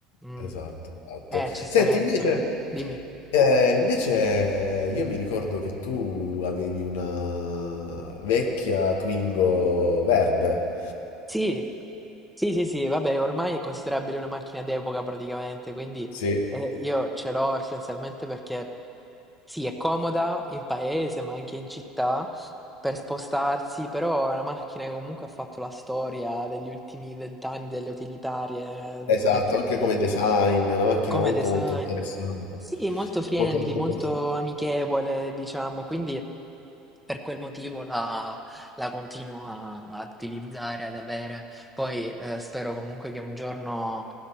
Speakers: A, in the centre; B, on the left.
A: Mm.
B: esatto, esatto.
A: Eh, ci starebbero.
B: Senti, invece,
A: Dimmi.
B: eh, invece io mi ricordo che tu avevi una vecchia Twingo verde.
A: Sì, sì, sì, sì, vabbè, ormai è considerabile una macchina d'epoca praticamente, quindi
B: Sì,
A: eh, io ce l'ho essenzialmente perché sì, è comoda in paese, ma anche in città per spostarsi, però è una macchina che comunque ha fatto la storia degli ultimi vent'anni delle utilitarie, eh,
B: esatto,
A: anche
B: anche come design, una macchina
A: come
B: molto
A: design.
B: molto interessante.
A: Sì, molto friendly,
B: Molto molto
A: molto
B: interessante.
A: amichevole, diciamo, quindi. Per quel motivo la, la continuo a, a utilizzare, ad avere. Poi eh, spero comunque che un giorno